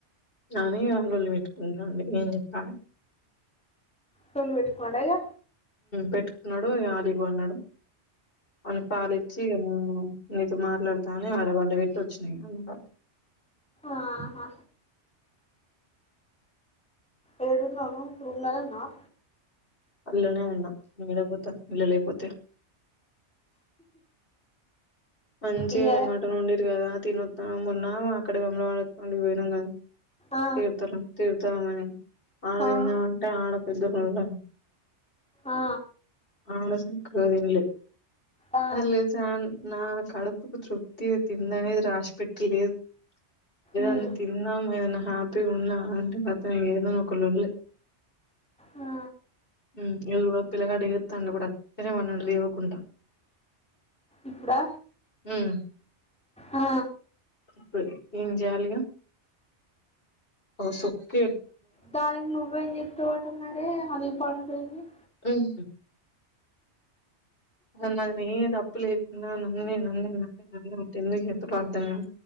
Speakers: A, on the left; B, in the centre.
A: కానీ వాలోల్లు పెట్టుకుంటున్నాండి ఏం చెప్పాలి
B: లొల్లి పెట్టుకున్నాడా ఇగా
A: పెట్టుకున్నాడు అడిగి పన్నాడు అని పాలిచ్చి అ నీతో మాట్లాడతాని ఆడ పండ పెట్టి వచ్చినాయి అ
B: ఆహా ఏడు ఉన్నావ్ నువ్ రూమ్ల నే ఉన్నావా
A: అల్లానే ఉన్నా ఏడీకి పోతా ఇళ్ళ లేకపోతే మంచిగానే
B: ఇగ
A: మాటన్ వండిర్రు కదా తినోద్ధాం అనుకున్న అక్కడ వేములవాడకి పనికి పోయినాం కదా
B: ఆ
A: తీర్థన త తీర్థ రమని ఆడ
B: ఆ
A: తిందాంమంటే ఆడ పెద్దలుళ
B: ఆ
A: అడాసక్కగా తినాలే
B: ఆ
A: నా కడుపుకు తృప్తి తిండి అనేది రాసి పెట్టిలేదు ఏదన్నా
B: ఉమ్
A: తిందాము ఏదన్నా హ్యాపీగా ఉన్నాం అంటే ఖతం ఏదో ఒక లొల్లి
B: ఆ
A: ఇగా చూడు పిల్లగాడు ఏడు ఏడుత్తాడు కూడా ఎనిమన్నా లేవకుంట
B: ఇప్పుడా
A: ఉమ్
B: ఆ
A: ఇప్పుడు ఏం చేయాలిగా ఒ సొక్కే
B: దానికి నువ్వేం చేస్తావ్ ట ఏ అవి పనులున్నాయ్
A: ఉమ్ అస్సల్ నాదే తప్పులేకున్నా నన్నే నన్నే నన్నే ఒకటి ఏందుకు చేస్తారో తెల్వదు